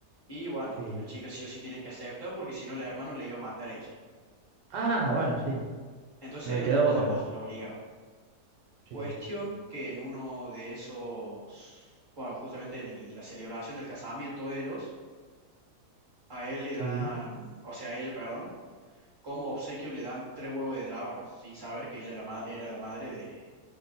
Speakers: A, on the right (about 15°); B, on the right (about 85°).
A: Y bueno,
B: sí.
A: la chica sí o sí tiene que aceptar porque si no, la hermano le iba a matar a ella.
B: Ah, bueno, sí.
A: Entonces
B: No le quedó
A: era a toda
B: otra.
A: costa, la obligaba. Cuestión
B: Sí,
A: que en uno de esos, bueno, justamente en el- la celebración del casamiento de ellos, a él le
B: sí.
A: dan, o sea, a ella, perdón, como obsequio le dan tres huevos de dragones, sin saber que ella la ma- era la madre de